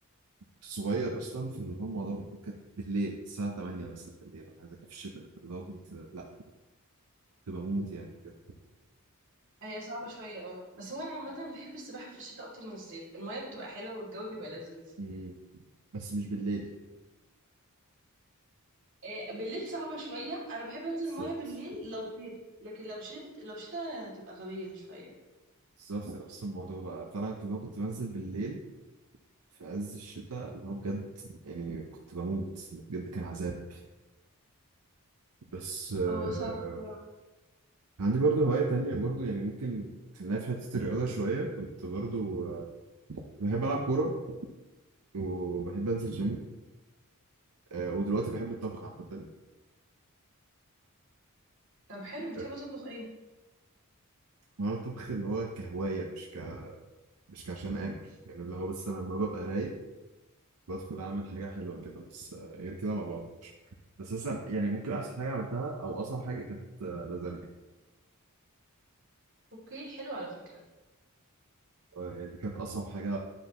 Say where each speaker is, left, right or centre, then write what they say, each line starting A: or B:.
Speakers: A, on the right; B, on the right.
A: كنت صغير أصلا في اللي هو الموضوع كان بالليل الساعة 8 مثلا بالليل أو حاجة زي كده في الشتاء فاللي هو كنت لأ كنت بموت يعني بجد
B: هي صعبة شوية اه بس هو انا عامة بحب السباحة في الشتاء اكتر من الصيف المية بتبقى حلوة والجو بيبقى لذيذ
A: مم. بس مش بالليل
B: آه، بالليل صعبة شوية انا بحب انزل
A: بالظبط
B: المية بالليل لو صيف لكن لو شتاء لو شتاء هتبقى غبية شوية
A: بالظبط نفس الموضوع بقى فانا كنت- لو كنت بنزل بالليل في عز الشتاء اللي هو بجد يعني كنت بموت بجد كان عذاب بس آه
B: آه، هو صعب بصراحة
A: عندي برضو هواية تانية برضو يعني ممكن خلينا في حتة الرياضة شوية كنت برضو آه بحب ألعب كورة وبحب أنزل جيم آه ودلوقتي بحب الطبخ عامة
B: طب حلو بتحب
A: آه،
B: تطبخ ايه
A: هو الطبخ اللي هو كهواية مش ك مش كعشان آكل يعني اللي هو بس أنا لما ببقى رايق بدخل اعمل حاجه حلوه كده بس آه، غير كده ما بعرفش بس مثلا يعني ممكن احسن حاجه عملتها او اصعب حاجه كانت آه، لازانيا
B: اوكي حلو على فكرة
A: آه، يعني دي كانت اصعب حاجه